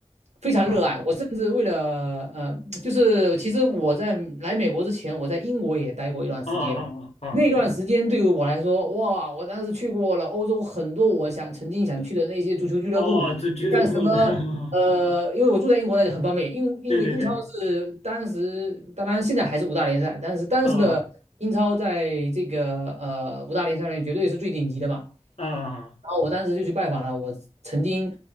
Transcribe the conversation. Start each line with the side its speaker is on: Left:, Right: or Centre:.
Right: 非常热爱，
Left: 啊
Right: 我甚至为了呃，就是其实我在来美国之前，我在英国也待过一段时间，
Left: 啊啊哦
Right: 那段时间对于我来说，哇，我当时去过了欧洲很多我想曾经想去的那些足球俱乐部，
Left: 哦，哦，足俱乐部的，
Right: 像什么呃，
Left: <laughs>
Right: 因为我住在英国，那就很方便。英因为英超是当时，
Left: 对对对
Right: 当然现在还是五大联赛，但是当时的英超在这个呃五大联赛里面绝对是最顶级的嘛。
Left: 啊啊。
Right: 然后我当时就去拜访了我曾经